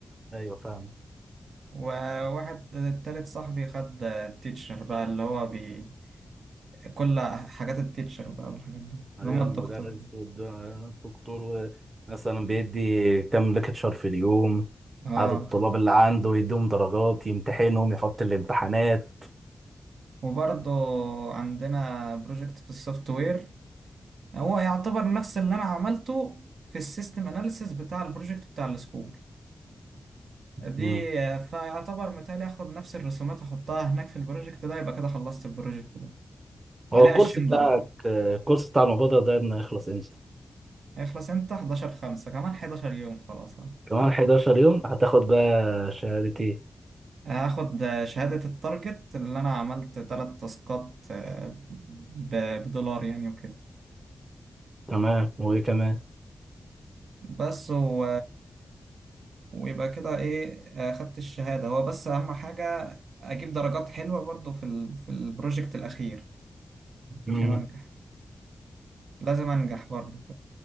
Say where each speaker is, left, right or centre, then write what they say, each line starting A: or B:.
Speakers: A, on the right; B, on the right.
A: ايوه فاهم
B: وواحد تالت صاحبي خد التيتشر بقى اللي هو بي كل حاجات التيتشر بقى والحاجات دي اللي
A: ايوه
B: هم الدكتور
A: المدرس والدكتور مثلا بيدي كام ليكتشر في اليوم
B: اه
A: عدد الطلاب اللي عنده يديهم درجات يمتحنهم يحط الامتحانات
B: وبرضه عندنا بروجكت في السوفت وير هو يعتبر نفس اللي انا عملته في السيستم اناليسيس بتاع البروجكت بتاع السكول دي
A: مم.
B: فيعتبر متهيألي اخد نفس الرسومات احطها هناك في البروجكت ده يبقى كده خلصت البروجكت ده
A: هو
B: عليه
A: الكورس
B: 20
A: بتاعك
B: درجة
A: الكورس بتاع المبادرة ده ابني هيخلص امتى؟
B: هيخلص امتى 11 5 كمان 11 يوم خلاص أهو.
A: كمان 11 يوم هتاخد بقى شهادتين
B: هاخد شهادة التارجت اللي انا عملت تلات تاسكات آه، ب- بدولار يعني وكده
A: تمام وايه كمان؟
B: بس و... ويبقى كده ايه آه، خدت الشهادة هو بس اهم حاجة اجيب درجات حلوة برضو في ال... في البروجكت الاخير
A: مم.
B: عشان انجح لازم انجح برضو